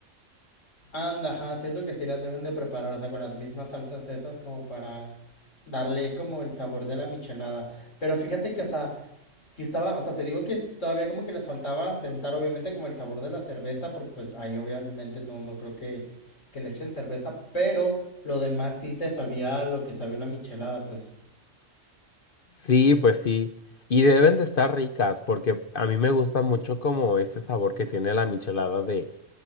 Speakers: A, on the left; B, on the left.
A: Anda, ajá, siento que sí las deben de preparar, o sea, con las mismas salsas esas como para darle como el sabor de la michelada. Pero fíjate que, o sea, sí estaba, o sea, te digo que es- todavía como que les faltaba sentar obviamente como el sabor de la cerveza, porque pues ahí obviamente no, no creo que, que le echen cerveza, pero lo demás sí te sabía lo que sabía una michelada, pues.
B: Sí, pues sí. Y deben de estar ricas porque a mí me gusta mucho como ese sabor que tiene la michelada de